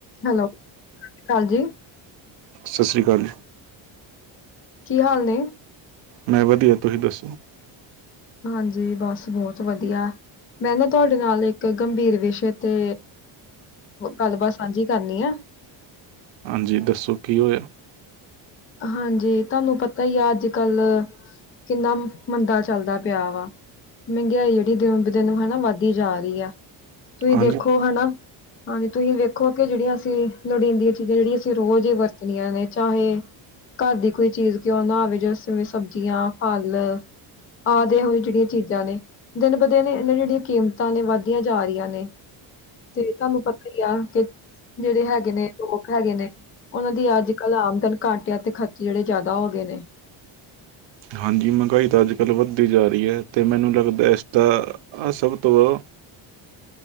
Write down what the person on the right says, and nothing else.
ਸਤਿ ਸ਼੍ਰੀ ਅਕਾਲ ਜੀ।
ਮੈਂ ਵਧੀਆ ਤੁਸੀਂ ਦੱਸੋ?
ਹਾਂਜੀ, ਦੱਸੋ ਕੀ ਹੋਇਆ?
ਹਾਂਜੀ
ਹਾਂਜੀ ਮਹਿੰਗਾਈ ਤਾਂ, ਅੱਜ -ਕੱਲ੍ਹ ਵੱਧਦੀ ਜਾ ਰਹੀ ਹੈ, ਅਤੇ ਮੈਨੂੰ ਲੱਗਦਾ ਇਸਦਾ ਸਭ ਤੋਂ